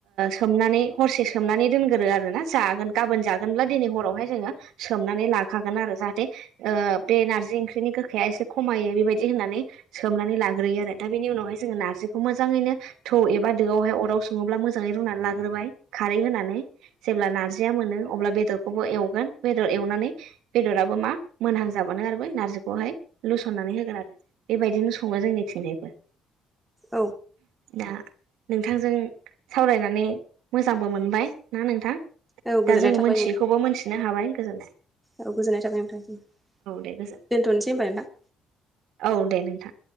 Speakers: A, on the right (about 85°); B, in the centre.
A: सोमनानै हरसे सोमनानै दोन आरोना जागोन गाबोन जागोनब्ला दिनै हरावहाय जोङो सोमनानै लाखागोन आरो जाहाथे बे नारजि ओंख्रिनि गोखाया एसे खमायो बेबायदि होननानै सोमनानै लाग्रोयो आरो दा बेनि उनावहाय जोङो ना नारजिखौ मोजाङैनो थौ एबा दोआवहाय अराव सङोब्ला मोजाङै रुनानै लाग्रोबाय खारै होनानै। जेब्ला नारजिया मोनो अब्ला बेदरखौबो एवगोन बेदर एवनानै बेदराबो मा मोनहां जाबानो आरो बे नारजिखौहाय लुसननानै होगोन आरो बेबायदिनो सङो जोंनिथिंजायबो।
B: औ
A: दा नोंथांजों सावरायनानै मोजांबो मोनबाय ना नोंथां।
B: औ गोजोननाय
A: दा जोङो
B: थाबाय
A: मोनथियैखौबो
B: नोंथां
A: मोनथिनो हाबाय गोजोननाय
B: औ गोजोननाय थाबाय नोंथांनिसिम दोनथ'नोसै
A: दे गोजोन
B: होनबा नोंथां।
A: औ दे नोंथां।